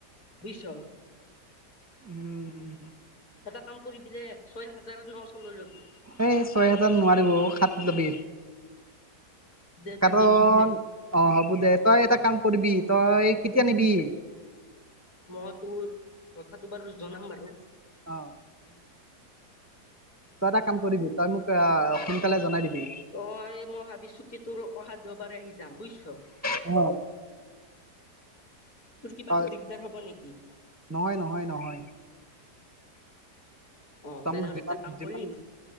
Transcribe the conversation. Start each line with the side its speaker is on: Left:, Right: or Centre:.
Left: বুজিছ?
Right: উম উম উ।
Left: এটা কাম কৰিবি যে ছয় হাজাৰ নশ লৈ লবি।
Right: এই ছয় হেজাৰ নোৱাৰিব অ সাত ল'বি।
Left: দে দে
Right: কাৰণ
Left: দি দিবি দে
Right: অ হ'ব দে, তই এটা কাম কৰিবি, তই কেতিয়া নিবি?
Left: মই তোৰ, কথাটো বাৰু জনাম বাৰু।
Right: অ'।
Left: উম।
Right: তই এটা কাম কৰিবি, তই মোক আ সোনকালে জনাই দিবি।
Left: তই মই ভাবিছো কি তোৰ অহা দেওবাৰে আহি যাম বুজিছ।
Right: অ'।
Left: তোৰ কিবা
Right: তই
Left: দিগদাৰ হ'ব নেকি?
Right: নহয়, নহয়, নহয়।
Left: অ',
Right: তই
Left: তেনেহলে
Right: মোক যিমান
Left: এটা কাম
Right: যিমান
Left: কৰিম,